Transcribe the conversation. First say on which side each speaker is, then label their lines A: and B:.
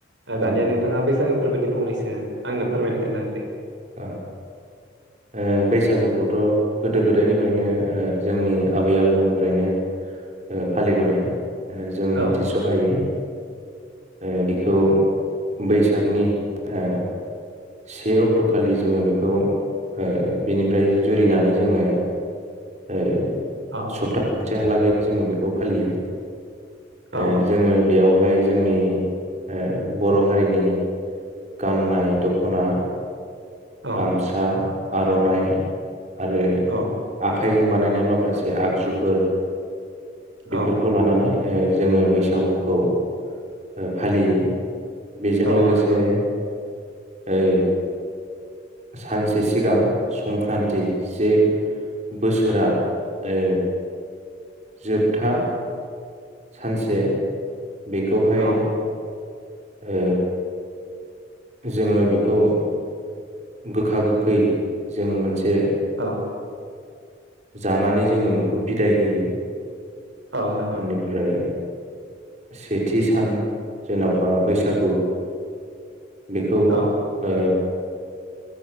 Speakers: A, on the right (about 80°); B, on the right (about 40°).
A: ओ
B: औ
A: दानिया नोंथाङा बैसागो फोरबोनि फंनैसो आंनो फोरमायनो खोन्था दे
B: ओ ओ बैसागुखौथ' गोदो गोदायनिफ्रायनो ओ जोंनि आबै आबौनिफ्रायनो ओ फालिबोनाय। ओ जों
A: औ
B: मिथिस'हायै
A: नंगौ
B: ओ खौ बैसागनि ओ से अक्ट' फट'खालि जोङो बेखौ ओ बिनिफ्राय जुरिनानै जोङो ओ
A: औ
B: सपता खांसे हालागै जोङो बेखौ फालियो। ओ
A: औ
B: जोङो बेयाव बेवहाय जोंनि ओ बर' हारिनि गाननाय दख'ना
A: औ
B: गामसा। आर'नाइ। आरो
A: औ
B: आखाइजों बानायनाय माखासे आगजुफोर बेफोरखौ
A: औ
B: लानानै ओ जोंङो बैसागुखौ ओ फालियो। बेजों
A: औ
B: लोगोसे
A: औ नंगौ
B: ओ सानसे सिगां संक्रान्ति जे बोसोरा ओ जोबथा सानसे बेखौहाय
A: औ
B: ओ जोंङो बेखौ गोखा गोखै जों मोन से
A: औ
B: जानानै जोंङो बेखौ बिदाय होयो।
A: औ नंगौ
B: बेनिफ्राय सेथि सान जेन'बा बैसागु बेखौ
A: औ
B: ओ